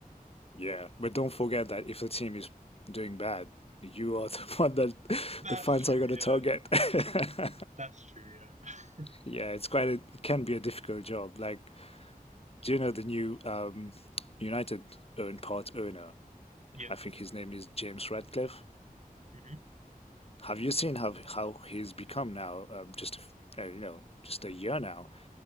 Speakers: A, on the left (about 40°); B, on the right (about 50°).
A: Yeah, but don't forget that if the team is doing bad, you are the <laughs> one that
B: That's
A: the fans
B: true.
A: are going to target.
B: Yeah.
A: <laughs>
B: That's true. Yeah. <laughs>
A: Yeah, it's quite a, it can be a difficult job. Like, do you know the new um, United own part owner?
B: Yeah.
A: I think his name is James Radcliffe.
B: hmm
A: Have you seen how how he's become now? Uh, just a f- uh, you know, just a year now.